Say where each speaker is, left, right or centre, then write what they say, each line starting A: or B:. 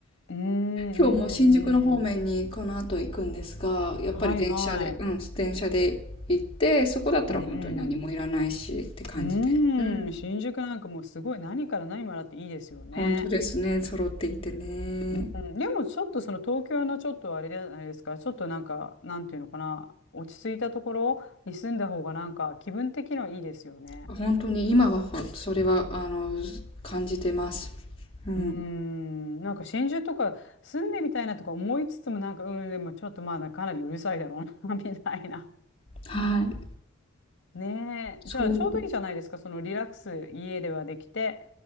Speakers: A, on the left (about 60°); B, on the left (about 25°).
A: うんうん
B: 今日も新宿の方面にこの後行くんですがやっぱり電車で、
A: うん。はいはい。
B: うん、電車で行ってそこだったら本当に何もいらないしって感じで、
A: うんうん。うん、
B: うん、
A: 新宿なんかもうすごい何から何まであっていいですよね。
B: 本当ですね揃っていてね
A: うんでもちょっとその東京のちょっとあれじゃないですか、ちょっとなんか、なんていうのかな、落ち着いたところに住んだ方がなんか気分的にはいいですよね。
B: 本当に今はほそれはあの感じてます。うん。
A: うーん、なんか真珠とか住んでみたいなとか思いつつもなんか、うん、でもちょっとまあかなりうるさいだろうな <laughs> みたいな。
B: はい。
A: ねえ。
B: そう。
A: じゃあちょうどいいじゃないですか。そのリラックス家ではできて、